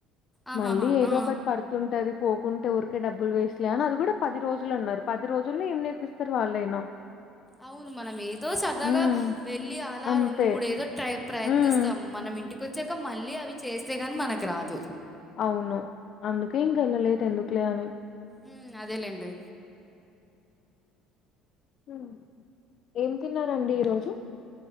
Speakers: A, in the centre; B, on the left.
A: ఆహాహా
B: మళ్ళీ ఏదో
A: ఆ.
B: ఒకటి పడు తుంటది పోకుంటే ఊరికే డబ్బులు వేస్ట్లే అని అది కూడా పది రోజులు అన్నారు పది రోజుల్లో ఏం నేర్పిస్తారు వాళ్ళైనా
A: అవును మనం ఏదో సరదాగా
B: హ్మ్
A: వెళ్ళి అలా
B: అంతే
A: రెండు మూడు ఏదో ట్రై ప్రయత్నిస్తాం
B: హ్మ్
A: మనం ఇంటి కో వచ్చాక మళ్ళీ అవి చేస్తే గాని మనకి రాదు
B: అవును అందుకే ఇంక ఏళ్ళలేదు ఎందుకులే అని
A: ఉ అదేలేండి
B: ఉ ఏం తిన్నారండి ఈరోజు